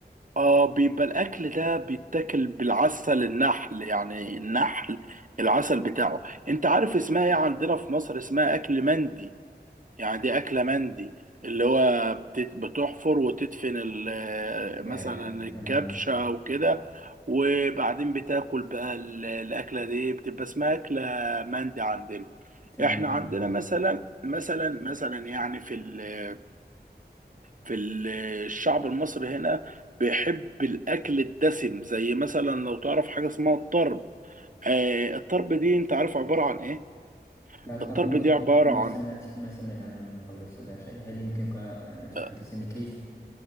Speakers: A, on the right; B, on the left.
A: اه بيبقى الاكل ده بيتاكل بالعسل النحل يعني النحل العسل بتاعه انت عارف اسمها ايه عندنا في مصر اسمها اكل مندي يعني دي اكله مندي اللي هو بت- بتحفر وتدفن ال-
B: فعلا
A: مثلا الكبشه
B: تماما
A: او كده وبعدين بتاكل بقى ال- الاكله دي بتبقى اسمها اكله مندي عندنا
B: تمام
A: احنا عندنا مثلا مثلا مثلا يعني في ال في ال- الشعب المصري هنا بيحب الاكل الدسم زي مثلا لو تعرف حاجه اسمها الطرب آه الطرب دي انت عارف عباره عن ايه
B: لا الطرب
A: الطرب
B: موت
A: دي عباره
B: ما
A: عن
B: سمعت ما سمعت عنه من قبل صديقي هل يمكنك أن تحدثني
A: اه
B: كيف؟